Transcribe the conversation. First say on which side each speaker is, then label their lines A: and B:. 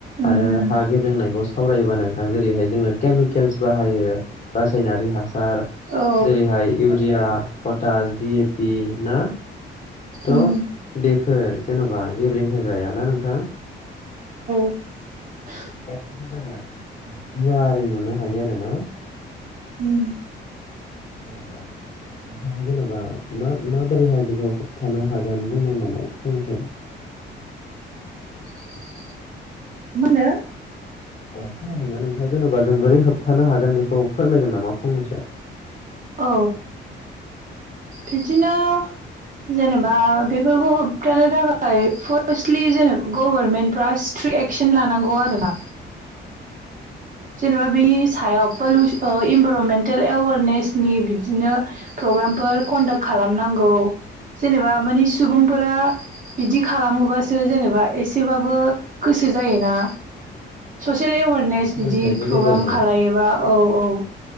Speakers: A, on the right; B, on the left.
A: उम
B: आरो
A: उम
B: हा गेब्लेंनायखौ सावरायोबा नोंथां जेरैहाय जोङो केमिकेल्स बाहायो रासायनारि हासार
A: औ
B: जेरैहाय इउरिया पटास डि पि ना थ'
A: उम
B: बेफोर जेन'बा गेब्रें होग्राया ना नोंथां
A: <inaudible> <unintelligible>
B: बेफोरखौ जों माने गुवारै नुनो हायो आरो ना
A: उम
B: अ औ नोंथाङा जेनेबा मा मा बोरैहाय बिखौ होबथानो हागोन बुंदो नामा फंनैसो
A: <inaudible> <unintelligible> मोनो
B: अ खोनादोंना नोंथाङा जेनेबा जों बोरै होबथानो हागोन बेखौ फोरमायगोन नामा फंनैसो
A: औ बिदिनो जेनेबा बेफोरखौ होबथानो थाखाय फार्स्टलि जेने गभारनमेन्ट फ्रा स्ट्रिएक एकसन लानांगौ आरोना जेनेबा बेनि सायाव पलुस अ इनभाररनमेन्टेल एवारनेसनि बिदिनो प्रग्रामफोर कन्डाक्ट खालामनांगौ जेनेबा मानि सुबुंफोरा बिदि खालामोबासो जेनेबा एसेबाबो गोसो जायोना ससियेल एवारनेस
B: सोलोंथाइनि
A: बिदि प्रग्राम
B: गेजेरजों
A: खालायोबा औ औ